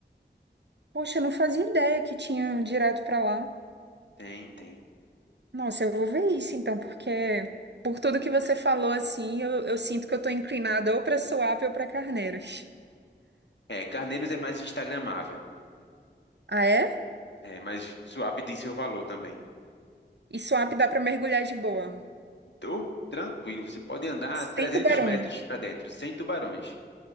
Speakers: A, on the right (about 70°); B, on the left (about 75°).
A: Poxa, eu não fazia ideia que tinha direto pra lá.
B: Tem, tem.
A: Nossa, eu vou ver isso então, porque por tudo que você falou assim, eu, eu sinto que eu tô inclinada ou pra Suape ou pra Carneiros.
B: É, Carneiros é mais instagramável.
A: Ah, é?
B: É, mas Suape tem seu valor também.
A: E swap dá para mergulhar de boa.
B: Então, tranquilo, você pode andar 300
A: Sem tubarões.
B: metros pra dentro, sem tubarões.